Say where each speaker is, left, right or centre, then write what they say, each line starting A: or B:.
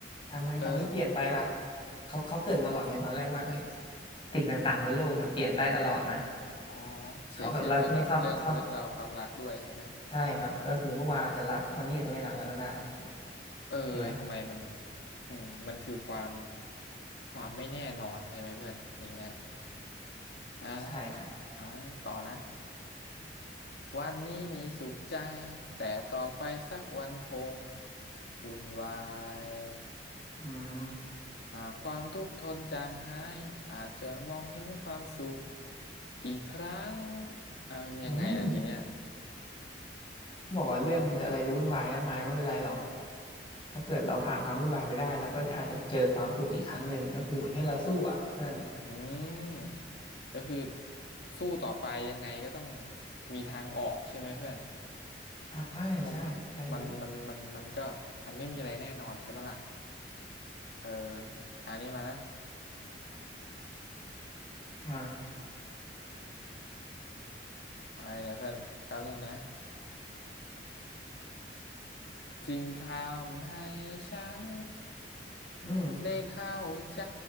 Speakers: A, on the left; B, on the left.
A: ทำไมตอนนี้เปลี่ยนไปล่ะ
B: เออ
A: เขาเขาเกรินมาก่อนไงตอนแรกว่าเฮ้ยสิ่งต่างๆบนโลกมันเปลี่ยนได้ตลอดนะ
B: อ๋อเฉกเช่นเดียวกับเรื่องเรื่องราวความรักด้วยใช่ไหม
A: เขาก็แล้วที่นี่ท่อนท่อน ใช่ครับก็คือเมื่อวานอาจจะรักวันนี้อาจจะไม่รักแล้วก็ได้นะ
B: เออทำไมมัน
A: ใช่ไหม
B: อืมมันคือความความไม่แน่นอนใช่ไหมเพื่อนอย่างเงี้ย อ่า
A: ใช่ครับ
B: เอาให้ต่อนะวันนี้มีสุขใจ แต่ต่อไปสักวันคงวุ่นวาย
A: อืม
B: หากความทุกข์ทนจางหาย อาจจะมองเห็นความสุขอีกครั้งเอายังไงล่ะทีเนี้ย
A: อืมบอกว่าเรื่องมันจะอะไรจะวุ่นวายมากมายไม่เป็นไรหรอกถ้าเกิดเราผ่านความวุ่นวายไปได้เราก็จะอาจจะเจอความสุขอีกครั้งหนึ่งก็คือเหมือนให้เราสู้อ่ะเพื่อน
B: อืมก็คือสู้ต่อไปยังไงก็ต้องมีทางออกใช่ไหมเพื่อน
A: ใช่ใช่ใช่เพื่อน
B: เพราะว่ามันมันมันมันก็มันไม่มีอะไรแน่นอนใช่ปะล่ะเอออันนี้มานะ
A: อ่า
B: อะไรเนี่ยเพื่อนแป๊บนึงนะ จึงทำให้ฉัน
A: อืม
B: ได้เข้าใจ